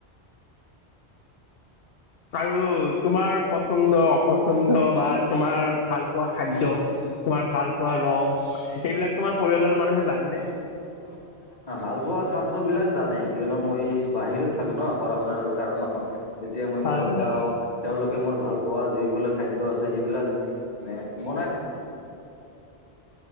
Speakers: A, on the left; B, on the left.
A: আৰু তোমাৰ পচন্দ অপচন্দ বা তোমাৰ ভাল পোৱা খাদ্য। তোমাৰ ভাল পোৱা ৰং এইবিলাক তোমাৰ পৰিয়ালৰ মানুহে জানেনে?
B: <inaudible> অ', ভাল পোৱা খাদ্যবিলাক জানে কিয়নো মই বাহিৰত থাকো ন পঢ়া শুনাৰ কাৰণত। তেতিয়া মই
A: হয়
B: ঘৰত
A: হয়
B: যাওঁ। তেওঁলোকে মোৰ ভাল পোৱা যিবিলাক খাদ্য আছে সেইবিলাক মানে বনাই।